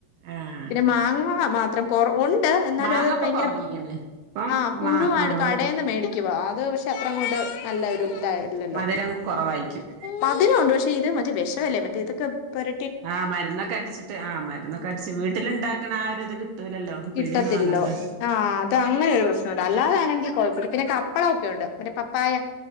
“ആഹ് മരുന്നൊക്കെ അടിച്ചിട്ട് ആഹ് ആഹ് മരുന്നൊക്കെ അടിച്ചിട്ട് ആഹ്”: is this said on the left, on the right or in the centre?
Right